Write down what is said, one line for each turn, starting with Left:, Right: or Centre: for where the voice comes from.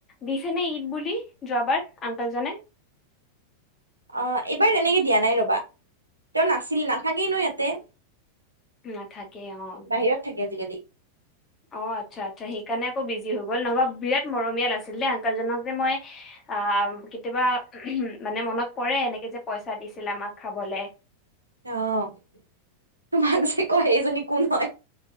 Left: দিছে নে ঈদ বুলি যোৱাবাৰ আংককল জনে।
Right: অ' এইবাৰ তেনেকে দিয়া নাই ৰ'বা' তেওঁ নাছিল নাথাকেই ন' ইয়াতে।
Left: নাথাকে অ
Right: বাহিৰত থাকে আজিকালি।
Left: অ' আচ্ছা আচ্ছা সেইকাৰণে আকৌ বিজি হৈ গ'ল নহবা বিৰাট মৰমীয়াল আছিল দেই আংককলজনক যে মই। অ' কেতিয়াবা উম, মানে মনত পৰে এনেকে যে পইচা দিছিল আমাক খাবলে।
Right: অ' তোমাক যে কয় সেইজনী কোন হয়।